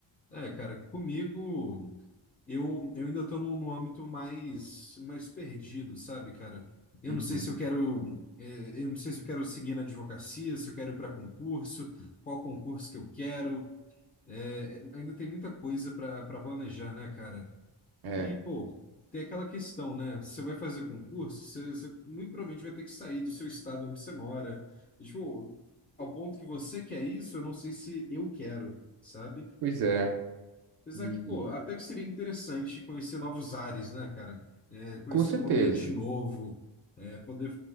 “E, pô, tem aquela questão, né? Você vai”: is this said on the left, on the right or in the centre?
Left